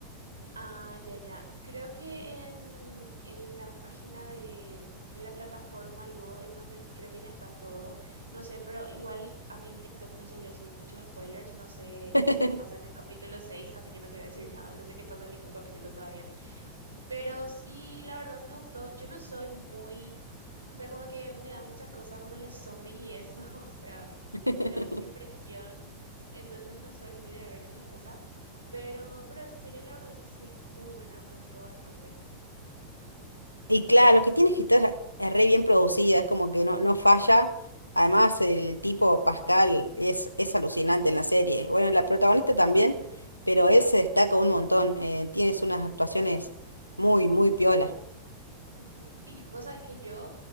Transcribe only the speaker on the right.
Ah, ya, ya. Creo que en, en la página de, en la plataforma luego, en donde est- creo que ya está todo, no sé, pero igual a mí en TikTok me salió así muchos spoilers, no sé,
no sé qué pasa en el capítulo 6. así que no te voy a decir nada, no sé qué pasa en ningún capítulo todavía. Pero sí, la verdad me gustó. Yo no soy muy, o sea, como que me da mucha cosa como los zombies y eso, <laughs> o sea,
me da mucha impresión. Entonces no soy muy de ver esas cosas, pero pero esa serie la verdad que sí es muy buena, me gustó bastante.
Ujú. Y vos sabes que yo